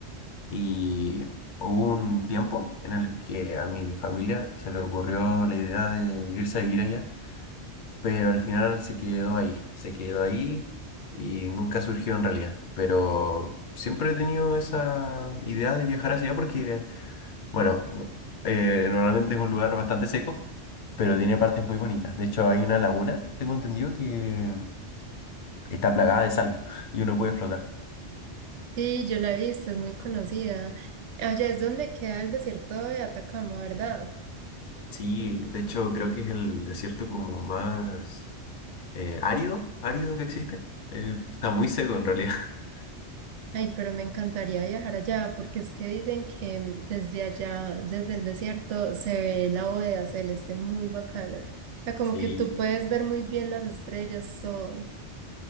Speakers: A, on the left; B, on the right.
A: y hubo un tiempo en el que a mi familia se le ocurrió la idea de irse a vivir allá, pero al final se quedó ahí, se quedó ahí y nunca surgió en realidad, pero siempre he tenido esa idea de viajar hacia allá porque... Bueno, eh, normalmente es un lugar bastante seco, pero tiene partes muy bonitas. De hecho, hay una laguna, tengo entendido, que está plagada de sal y uno puede flotar.
B: Sí, yo la he visto, es muy conocida. Allá es donde queda el desierto de Atacama, ¿verdad?
A: Sí, de hecho creo que es el desierto como más eh, árido, árido que existe. Eh, está muy seco en realidad. <laughs>
B: Ay, pero me encantaría viajar allá porque es que dicen que mm, desde allá, desde el desierto, se ve la bóveda celeste muy bacana. O sea, como
A: Sí,
B: que tú puedes ver muy bien las estrellas, todo.